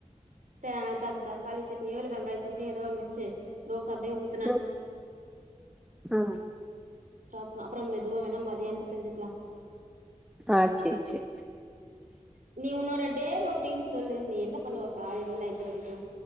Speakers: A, on the right (about 80°); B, in the centre.
A: த தக்கு தா தக்காளி சட்னியோ இல்ல வெங்காய் சட்னியோ ஏதோ ஒன்னு வச்சி தோச அப்டியே ஊத்
B: ம் ஆ
A: சாப்புற அப்புறோ மெதுவா வேணா மத்தியானத்துக் செஞ்சி வெக்கலா
B: ஆ சேர் சேரி
A: நீ உன்னோட டே ரொட்டீன் சொல்லு நீ என்ன பண்ணுவ காலையிலு நைட்டு வரைக்கு